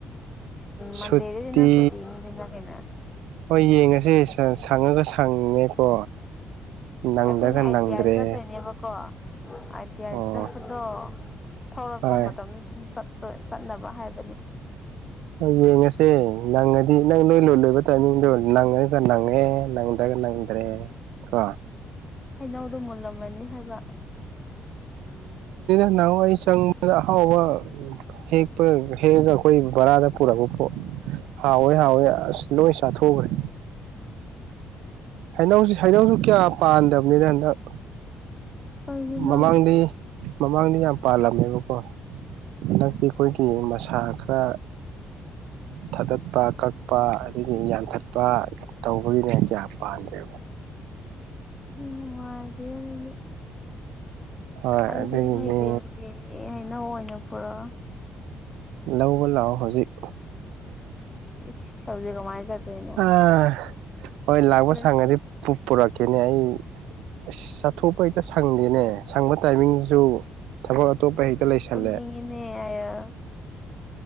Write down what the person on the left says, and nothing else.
ꯃꯟꯗꯦꯗꯗꯤ
ꯅꯪ ꯁꯨꯇꯤꯅꯤꯗꯅ ꯀꯩꯅꯣ
ꯑꯩꯈꯣꯏꯅꯦ ꯑꯥꯏ
ꯇꯤ ꯑꯥꯔ ꯆꯠꯇꯣꯏꯅꯦꯕꯀꯣ ꯑꯥꯏ ꯇꯤ ꯌꯥꯏ
ꯆꯠꯄꯗꯣ ꯊꯧꯔꯛꯄ
ꯃꯇꯝ ꯑꯗꯨꯝ ꯆꯠꯇꯣꯏ ꯆꯠꯅꯕ ꯍꯥꯏꯕꯅꯤ
ꯍꯩꯅꯧꯗꯣ ꯃꯨꯜꯂꯝꯃꯅꯤ ꯍꯥꯏꯕ
<inaudible>
ꯀꯩꯒꯤꯅꯣ
ꯎꯝ ꯅꯨꯡꯉꯥꯏꯇꯦ ꯑꯗꯨꯗꯤ
ꯑꯗꯨꯗꯤ
ꯅꯣꯏ ꯕꯦꯝꯒꯤ ꯍꯩꯅꯧ ꯑꯣꯏꯅ ꯄꯨꯔꯛ
ꯏꯁ ꯍꯧꯖꯤꯛ ꯀꯃꯥꯏꯅ ꯆꯠꯇꯣꯏꯅꯣ
ꯐꯠꯇ꯭ꯔꯦ
ꯇꯨꯝꯅꯤꯡꯉꯤꯅꯦ ꯑꯌꯣ